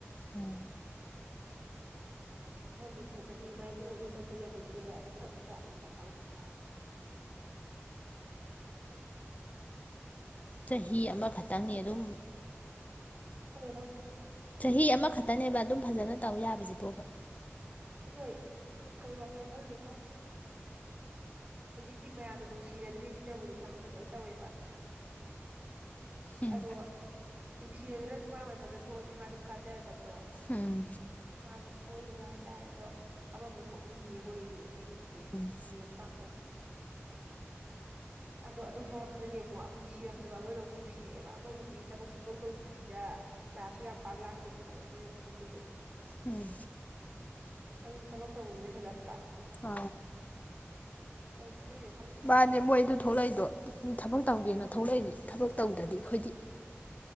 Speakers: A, on the left; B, on the right.
A: ꯎꯝ
B: ꯑꯃ ꯄꯨꯊꯣꯛꯀꯗꯤ ꯃꯥꯏꯕꯨꯕ ꯇꯧꯗꯣ ꯌꯥꯅꯤꯡꯗꯦ ꯁꯛꯀ ꯑꯩꯒ ꯇꯧꯗ ꯇꯧ
A: ꯆꯍꯤ ꯑꯃꯈꯛꯇꯪꯅꯤ ꯑꯗꯨꯝ
B: ꯀꯔꯦꯕ
A: ꯆꯍꯤ ꯑꯃꯈꯛꯇꯅꯦꯕ ꯑꯗꯨꯝ ꯐꯖꯅ ꯇꯧ ꯌꯥꯕꯁꯤꯕꯣꯕ
B: ꯍꯣꯏ ꯑ ꯀꯩ ꯋꯥꯈꯜ ꯈꯜꯅꯣ ꯈꯪ ꯍꯧꯖꯤꯛꯀꯤ ꯃꯌꯥꯝꯅ ꯅꯨꯡꯁꯤꯅꯗ꯭ꯔꯤꯁꯤꯅꯕꯨꯗꯤ ꯊꯕꯛꯁꯦ ꯂꯣꯏ ꯇꯧꯋꯦꯕ
A: ꯎꯝ
B: ꯑꯗꯣ ꯅꯨꯡꯁꯤꯅꯗ꯭ꯔꯁꯨ ꯃꯥ ꯃꯊꯛꯇ ꯊꯣꯛꯂꯑꯗꯤ ꯃꯥ ꯑꯗꯨꯝ ꯀꯥꯆꯔꯗꯕ ꯇꯣ
A: ꯎꯝ
B: ꯃꯥꯁꯨ ꯁꯣꯏꯔꯨꯕ ꯍꯥꯏꯇꯥꯔꯦ ꯑꯗꯣ ꯑꯃꯕꯨ ꯊꯣꯛꯅꯤꯌꯦ ꯃꯣꯏ ꯌꯒꯤꯦ
A: ꯎꯝ
B: ꯗꯤ ꯄ ꯑꯗꯣ ꯑꯗꯨ ꯊꯣꯛꯂꯛꯄꯗꯗꯤ ꯑꯃꯨꯛ ꯅꯨꯡꯁꯤꯔꯝꯗꯕ ꯑꯃꯗ ꯑꯃꯨꯛ ꯅꯨꯡꯁꯤꯔꯛꯑꯦꯕ ꯑꯃꯗꯨꯗꯤ ꯊꯕꯛ ꯁꯨ ꯇꯧ ꯇꯧꯗ꯭ꯕꯤꯗ ꯀ꯭ꯂꯥꯁꯁꯨ ꯌꯥꯝ ꯄꯥꯛ ꯂꯥꯛꯇꯕꯤꯅꯦꯕ ꯃꯣꯏꯅ ꯄꯨꯊꯣꯛꯇꯣꯏꯗꯣ
A: ꯎꯝ
B: ꯑꯗꯨꯗꯤ ꯊꯕꯛ ꯇꯧꯕꯗꯨꯗ ꯍꯦꯜꯂꯛꯇ꯭ꯔꯥ
A: ꯑ
B: ꯀꯩ ꯈꯟꯅꯩꯅꯣ ꯈꯪꯗꯦ
A: ꯃꯥꯅꯦ ꯃꯣꯏꯗ ꯊꯣꯛꯂꯛꯏꯗꯣ ꯊꯕꯛ ꯇꯧꯒꯦꯅ ꯊꯣꯛꯂ ꯗꯤ ꯊꯕꯛ ꯇꯧꯗꯗꯤ ꯑꯩꯈꯣꯏꯗꯤ